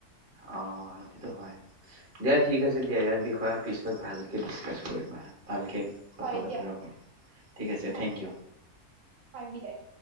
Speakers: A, on the right (about 20°); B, on the right (about 65°).
A: অ' সেইটোতো হয়। দিয়া, ঠিক আছে দিয়া। ইয়াৰ বিষয়ে পিছত ভালকে ডিচকাছ কৰিম আহা ভালকে কথা
B: হয়
A: বতৰা
B: দিয়া।
A: কৰিম ঠিক আছে
B: হয়
A: থেংক
B: দিয়া।
A: ইউ।
B: হয় বিদায়।